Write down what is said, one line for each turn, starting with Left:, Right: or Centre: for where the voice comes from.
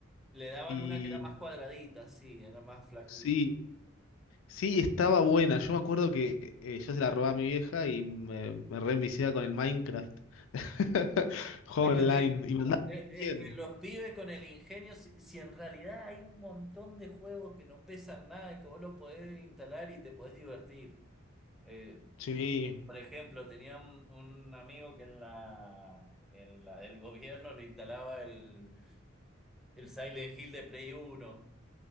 Centre: Le daban
Left: Y
Centre: una que era más cuadradita, sí, era más flaquita.
Left: sí, sí, estaba buena. Yo me acuerdo que eh, yo se la robaba a mi vieja y me, me re enviciaba con el Minecraft. <laughs> Juego
Centre: Es
Left: online.
Centre: que, te-
Left: Y me andaba
Centre: es
Left: bien.
Centre: es que los pibes con el ingenio, si, si en realidad hay un montón de juegos que no pesan nada y que vos los podés instalar y te podés divertir. Eh,
Left: Sí.
Centre: por ejemplo, tenía un, un amigo que en la, en la del gobierno le instalaba el, el Silent Hill de Play Uno